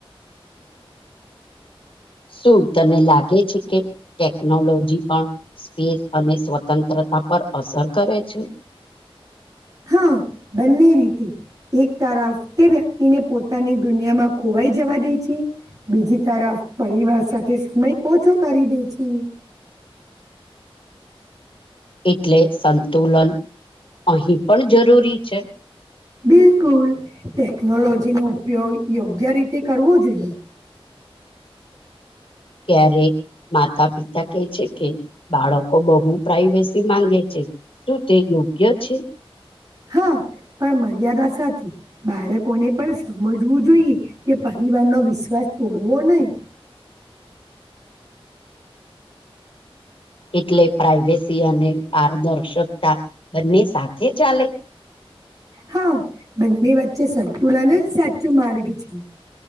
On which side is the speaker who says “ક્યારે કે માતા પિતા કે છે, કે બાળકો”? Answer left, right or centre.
Left